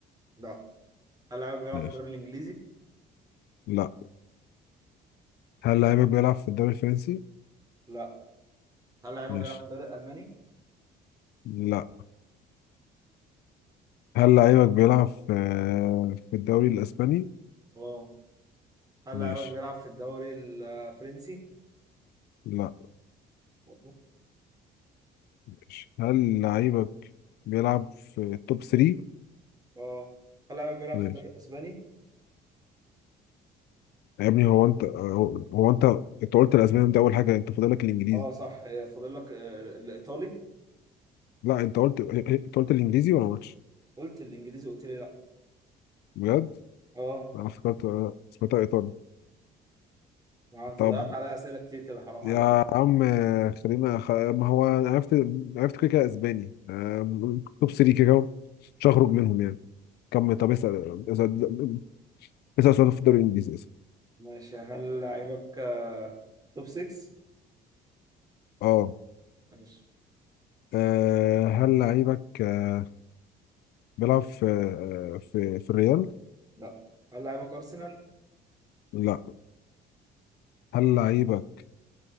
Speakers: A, on the right (about 20°); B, on the left (about 75°).
A: لا هل لاعبك بيلعب
B: ماشي
A: في الدوري الانجليزي؟
B: لا هل لعيبك بيلعب في الدوري الفرنسي؟
A: لا هل لاعبك
B: ماشي
A: بيلعب في الدوري الالماني؟
B: لا هل لعيبك بيلعب في في الدوري الاسباني؟
A: اه هل
B: ماشي
A: لاعبك بيلعب في الدوري الفرنسي؟
B: لا
A: برضه.
B: ماشي هل لعيبك بيلعب في التوب 3؟
A: اه هل لاعبك بيلعب
B: ماشي
A: في الدوري الاسباني؟
B: يا ابني هو انت هو هو انت انت قلت الاسباني ده اول حاجه انت فاضلك الانجليزي
A: اه صح فاضل لك آه، الايطالي
B: لا انت قلت انت قلت الانجليزي ولا ماتش
A: قلت الانجليزي قلت لي لا
B: بجد
A: اه
B: انا افتكرت آه، سمعتها ايطالي
A: ما انت
B: طب
A: ضيعت عليا اسئله كتير كده حرام
B: يا
A: عليك
B: عم خلينا خ... ما هو أنا عرفت عرفت كده كده اسباني آم، توب 3 كده كده، مش هخرج منهم يعني كم طب اسال اسال اسال سؤال في الدوري الانجليزي اسال
A: ماشي هل لاعبك آه، توب 6؟
B: اه
A: ماشي
B: آه، هل لعيبك آه، بيلعب في آه، في في الريال؟
A: لا هل لاعبك ارسنال؟
B: لا هل لعيبك